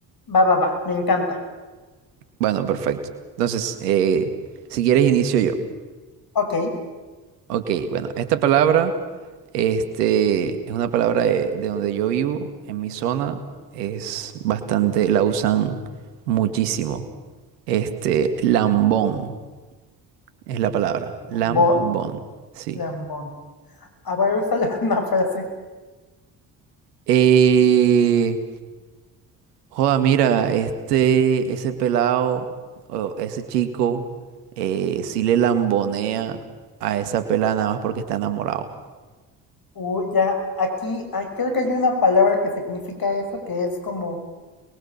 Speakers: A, on the left (about 50°); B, on the right (about 85°).
A: Va, va, va, me encanta.
B: Bueno, perfecto. Entonces, eh, si quieres inicio yo.
A: Ok,
B: Ok, bueno, esta palabra este, es una palabra de, de donde yo vivo, en mi zona, es bastante, la usan muchísimo. Este, lambón es la palabra,
A: lambón,
B: lambón, sí.
A: lambón. a ver úsale <laughs> una frase.
B: Eh, joda, mira, este, ese pelado o ese chico eh, sí le lambonea a esa pelada nada más porque está enamorado.
A: Uh, ya, aquí, ah, creo que hay una palabra que significa eso, que es como...